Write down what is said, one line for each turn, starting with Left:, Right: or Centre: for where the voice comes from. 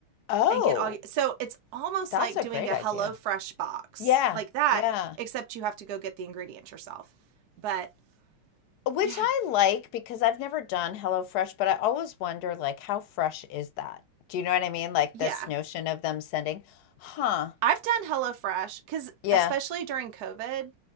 Left: Oh,
Right: and get all your, so it's almost
Left: that's
Right: like
Left: a
Right: doing
Left: great
Right: a HelloFresh
Left: idea.
Right: box
Left: Yeah,
Right: like that
Left: yeah.
Right: except you have to go get the ingredients yourself but
Left: Which
Right: yeah
Left: I like because I've never done HelloFresh, but I always wonder, like, how fresh is that? Do you know what I mean? Like
Right: yeah
Left: this notion of them sending, huh?
Right: i've done HelloFresh because
Left: Yeah,
Right: especially during covid